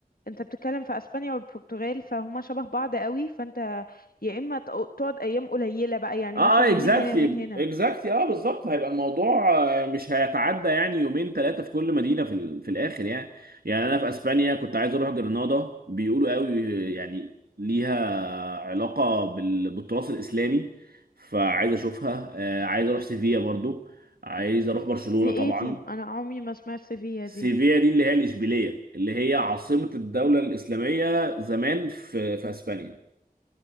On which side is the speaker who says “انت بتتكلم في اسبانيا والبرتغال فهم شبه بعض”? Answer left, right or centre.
Left